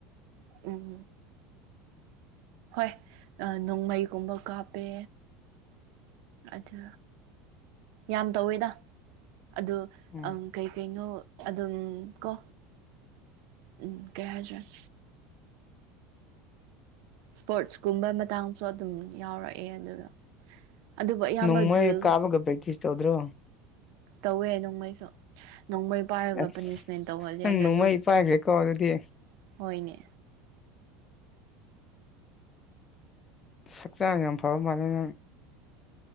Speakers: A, on the right; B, on the left.
A: ꯎꯝ ꯍꯣꯏ ꯅꯣꯡꯃꯩꯒꯨꯝꯕ ꯀꯥꯞꯄꯦ ꯑꯗꯨ ꯌꯥꯝ ꯇꯧꯋꯦꯗ ꯑꯗꯨ
B: ꯎꯝ
A: ꯑꯪ ꯀꯩꯀꯩꯅꯣ ꯑꯗꯨꯝ ꯀꯣ ꯎꯝ ꯀꯩ ꯍꯥꯏꯖꯦꯔꯥ ꯏꯁꯄꯣꯔꯠ꯭ꯁ ꯀꯨꯝꯕ ꯃꯇꯥꯡꯁꯨ ꯑꯗꯨꯝ ꯌꯥꯎꯔꯛꯑꯦ ꯑꯗꯨꯒ ꯑꯗꯨꯕꯨ ꯑꯌꯥꯝꯕ
B: ꯅꯣꯡꯃꯩ
A: ꯗ꯭ꯔꯤꯜ
B: ꯀꯥꯞꯄꯒ ꯄꯔꯦꯛꯇꯤꯁ ꯇꯧꯗ꯭ꯔꯣ
A: ꯇꯧꯋꯦ ꯅꯣꯡꯃꯩꯁꯨ ꯅꯣꯡꯃꯩ ꯄꯥꯏꯔꯒ
B: ꯑꯁ
A: ꯄꯅꯤꯁꯃꯦꯟ ꯇꯧꯍꯂ
B: ꯅꯪ
A: ꯑꯗꯣ
B: ꯅꯣꯡꯃꯩ
A: ꯅꯣꯡ
B: ꯄꯥꯏꯈ꯭ꯔꯦꯀꯣ ꯑꯗꯨꯗꯤ
A: ꯍꯣꯏꯅꯦ
B: ꯍꯛꯆꯥꯡ ꯉꯝ ꯐꯕ ꯃꯥꯥꯟꯂꯦ ꯅꯪ